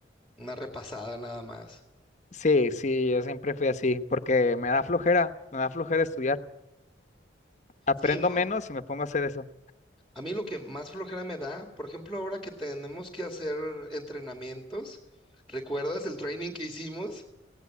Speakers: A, in the centre; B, on the left.
A: una repasada nada más.
B: Sí, sí, yo siempre fui así, porque me da flojera, me da flojera estudiar. Aprendo
A: Sí, ¿no?
B: menos y me pongo a hacer eso.
A: A mí lo que más flojera me da, por ejemplo, ahora que tenemos que hacer entrenamientos, ¿recuerdas el training que hicimos?